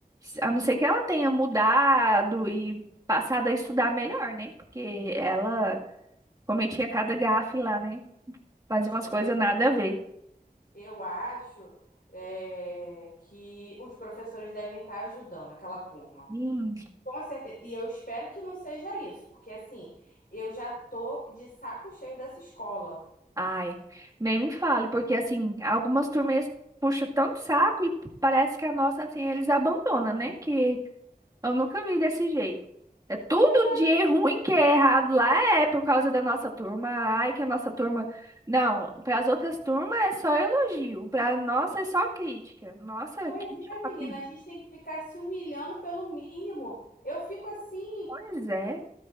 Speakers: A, on the right; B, on the left.
A: a não ser que ela tenha mudado e passado a estudar melhor, né, porque ela cometia cada gafe lá, né, fazia
B: Estranho.
A: umas coisas nada a ver.
B: Eu acho é, que os professores devem estar ajudando aquela turma.
A: Hum,
B: Com certeza. E eu espero que não seja isso, porque assim, eu já tô de saco cheio dessa escola.
A: ai, nem me fale, porque assim, algumas turmas puxam tanto saco e parece que a nossa, assim, eles abandonam, né, que Eu nunca vi desse jeito. É tudo
B: Pois
A: de
B: é,
A: ruim que é errado lá é por causa da nossa turma. Ai, que a nossa turma. Não, para as outras turmas é só elogio, para nossa é só crítica. Nossa,
B: pois
A: que chato.
B: é, menina,
A: hein?
B: a gente tem que ficar se humilhando pelo mínimo. Eu fico assim.
A: Pois é.